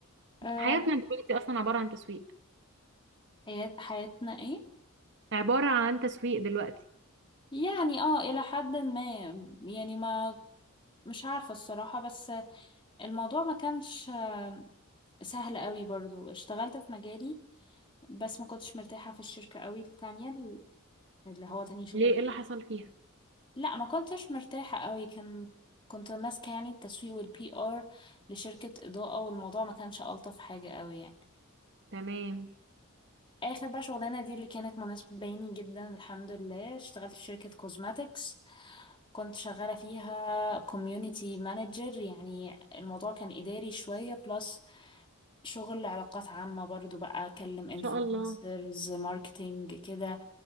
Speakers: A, on the left; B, on the right.
A: أه
B: حياتنا دلوقتي اصلا عباره عن تسويق
A: حيات حياتنا ايه
B: عباره عن تسويق دلوقتي
A: يعني اه الى حد ما يعني ما مش عارفة الصراحة بس الموضوع ما كانش آه، سهل قوي برضو اشتغلت في مجالي بس ما كنتش مرتاحة في الشركة قوي التانية اللي هو تاني شغل
B: ليه ايه اللي حصل فيها
A: لا ما كنتش مرتاحة قوي كان كنت ماسكة يعني التسويق والبي ار لشركة إضاءة والموضوع ما كانش ألطف حاجة قوي يعني
B: تمام ان
A: اخر بقى شغلانه دي اللي كانت مناسبه بيني جدا الحمد لله اشتغلت في شركه كوزماتكس كنت شغاله فيها كوميونتي مانجر يعني الموضوع كان اداري شويه بلس شغل علاقات عامه برضو بقى اكلم انفلونسرز
B: شاء الله
A: ماركتينج كده